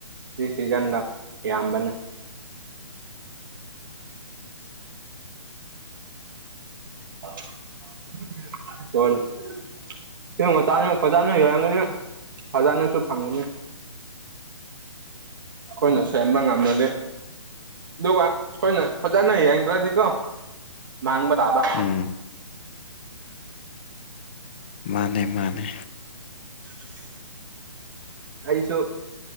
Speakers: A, on the right; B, on the left.
A: ꯁꯤ ꯁꯤꯖꯟꯗ ꯌꯥꯝꯕꯅꯤ <unintelligible> <unintelligible> ꯐꯖꯅꯁꯨ ꯐꯪꯅꯤ ꯑꯈꯣꯏꯅ ꯁꯦꯝꯕ ꯉꯝꯔꯗꯤ ꯑꯗꯨꯒ ꯈꯣꯏꯅ ꯐꯖꯅ ꯌꯦꯡꯗ꯭ꯔꯗꯤꯀꯣ ꯃꯥꯡꯕ ꯇꯥꯕ
B: ꯎꯝ ꯃꯥꯅꯦ ꯃꯥꯅꯦ
A: <unintelligible> ꯑꯩꯁꯨ